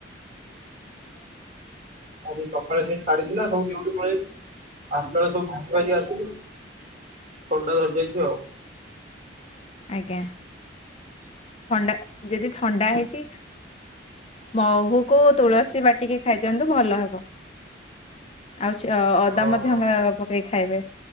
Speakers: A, on the left (about 35°); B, on the right (about 40°).
A: <inaudible>
B: ଆଉ ସକାଳେ ସିଏ ଛାଡିଥିଲା ସବୁ ଡ୍ୟୁଟି ପଳେଇ ଆସଲୁ <unintelligible> ସବୁ ଭିଜି ଭାଜିକି ଆସିଲୁ। ଥଣ୍ଡା ଧରି ଦେଇଚି ଆଉ।
A: ଆଜ୍ଞା ଥଣ୍ଡା ଯଦି ଥଣ୍ଡା ହେଇଚି ମହୁକୁ ତୁଳସୀ ବାଟିକି ଖାଇ ଦିଅନ୍ତୁ ଭଲ ହବ। ଆଉ ଚ ଅଦା
B: ହଁ।
A: ମଧ୍ୟ ଗ ପକେଇ ଖାଇବେ